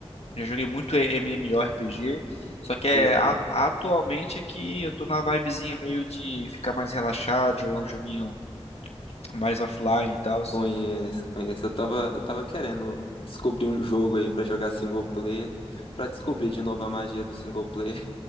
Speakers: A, on the left (about 75°); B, on the left (about 60°).
A: já joguei muito MMORPG. Só que
B: Você
A: é, a- atualmente é que eu tô na vibezinha meio de ficar mais relaxado, jogar um joguinho mais offline e tal.
B: conhece, conhece. Eu tava, eu tava querendo descobrir um jogo aí pra jogar single player, pra descobrir de novo a magia do single player.